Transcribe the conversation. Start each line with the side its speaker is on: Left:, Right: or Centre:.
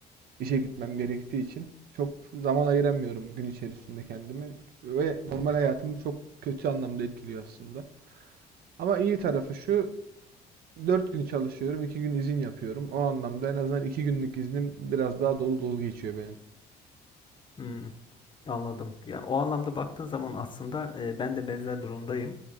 Right: işe gitmem gerektiği için çok zaman ayıramıyorum gün içerisinde kendime ve normal hayatımı çok kötü anlamda etkiliyor aslında. Ama iyi tarafı şu, 4 gün çalışıyorum, 2 gün izin yapıyorum. O anlamda en azından 2 günlük iznim biraz daha dolu dolu geçiyor benim.
Left: Hmm. Anladım. Ya o anlamda baktığın zaman aslında e, ben de benzer durumdayım.